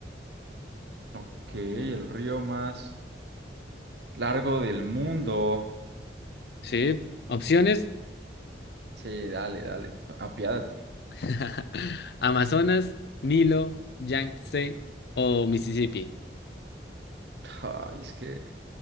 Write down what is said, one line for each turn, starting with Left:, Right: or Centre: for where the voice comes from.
Right: Ok, el río más largo del mundo.
Left: Sí, opciones:
Right: Sí, dale, dale, apiádate.
Left: <laughs> Amazonas, Nilo, Yangtze o Mississippi.
Right: Ay, es que,